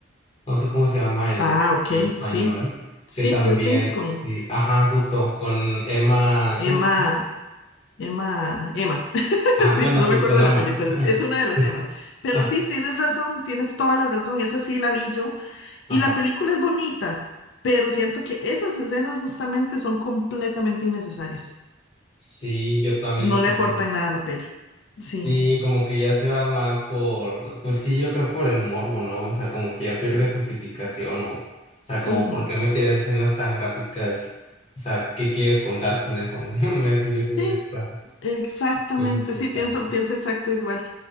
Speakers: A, on the left; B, on the left.
A: no sé cómo se llama en,
B: Ah, ok,
A: en español,
B: sí, sí,
A: que también,
B: Poor Things con
A: sí, ajá, justo con Emma,
B: Emma,
A: ¿cómo?
B: Emma, Emma. <laughs>
A: Ah,
B: Sí,
A: bueno,
B: no
A: sí,
B: me acuerdo
A: con
B: del
A: Emma.
B: apellido, pero
A: <laughs>
B: es es una de las
A: Sí.
B: emas. Pero
A: Ah,
B: sí, tienes razón, tienes toda la razón, esa sí la vi yo. Y
A: ajá.
B: la película es bonita, pero siento que esas escenas justamente son completamente innecesarias.
A: Sí, yo también
B: No
A: opino.
B: le aportan nada a la peli. Sí,
A: Sí, como que ya se va más por, pues sí, yo creo por el morbo, ¿no? O sea, como que ya pierde
B: sí.
A: justificación o, o sea, como
B: ujú.
A: por qué me tiras escenas tan gráficas, o sea, ¿qué quieres contar con eso? <laughs> Me explico,
B: Sí,
A: sí, está
B: exactamente,
A: innecesario.
B: sí, pienso, pienso exacto igual,